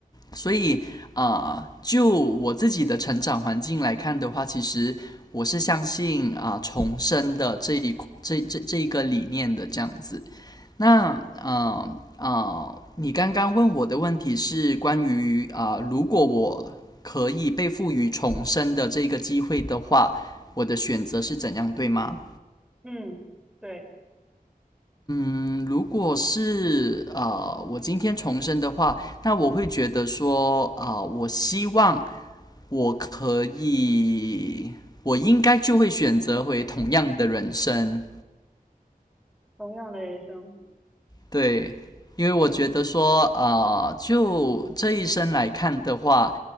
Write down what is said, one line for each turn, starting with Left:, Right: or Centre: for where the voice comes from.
Left: 所以啊、呃就我自己的成长环境来看的话，其实我是相信啊、呃重生的这一这这这一个理念的这样子。那啊啊，你刚刚问我的问题是关于啊、呃如果我可以被赋予重生的这个机会的话，我的选择是怎样，对吗？
Centre: 嗯，对，
Left: 嗯，如果是呃，我今天重生的话，那我会觉得说，啊、呃我希望我可以，我应该就会选择回同样的人生，
Centre: 同样的人生，
Left: 对，因为我觉得说，啊，就这一生来看的话，